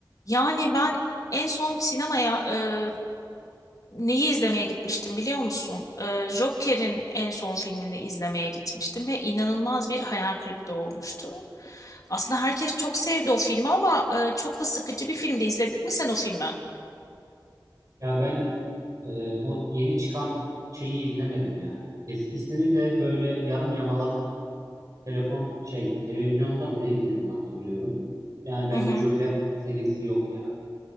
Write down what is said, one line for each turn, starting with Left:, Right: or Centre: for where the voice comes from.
Left: Yani ben en son sinemaya e, neyi izlemeye gitmiştim biliyor musun? E, Joker'in en son filmini izlemeye gitmiştim ve inanılmaz bir hayal kırıklığı olmuştu. Aslında herkes çok sevdi o filmi ama e, çok da sıkıcı bir filmdi. İzledin mi sen o filmi?
Right: Ya ben e, o yeni çıkan şeyi izlemedim ya. Eskisini de böyle yarım yamalak telefon şey televizyonda mı ne izlediğimi hatırlıyorum. Yani bende
Left: Hı hı.
Right: Joker serisi yok ya.